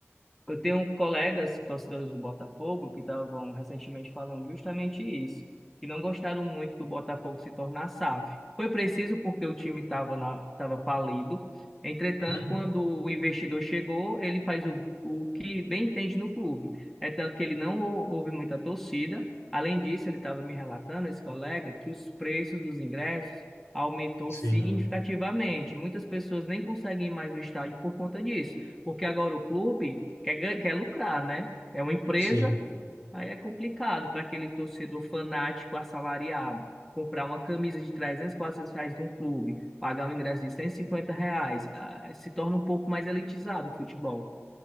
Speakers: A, in the centre; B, on the left.
A: Eu tenho colegas torcedores do Botafogo que estavam recentemente falando justamente isso, que não gostaram muito do Botafogo se tornar SAF. Foi preciso porque o time estava na, tava falido. Entretanto,
B: Uhum,
A: quando o investidor chegou, ele faz o, o que bem entende no clube. É tanto que ele não hou- houve muita torcida. Além disso, ele estava me relatando, esse colega, que os preços dos ingressos aumentou
B: sim,
A: significativamente. Muitas pessoas nem conseguem ir mais no estádio por conta disso porque agora o clube quer, gan- quer lucrar, né? É uma empresa,
B: sim.
A: aí é complicado para aquele torcedor fanático assalariado comprar uma camisa de 300 400 reais de um clube, pagar um ingresso de cento e cinquenta reais, ah, se torna um pouco mais elitizado o futebol.